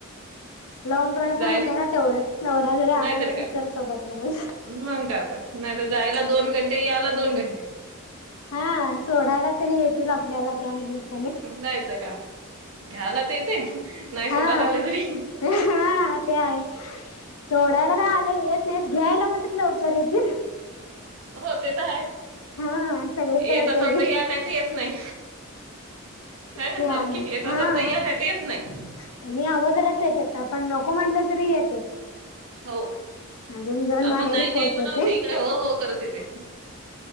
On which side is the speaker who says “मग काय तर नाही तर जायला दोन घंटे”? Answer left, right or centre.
Right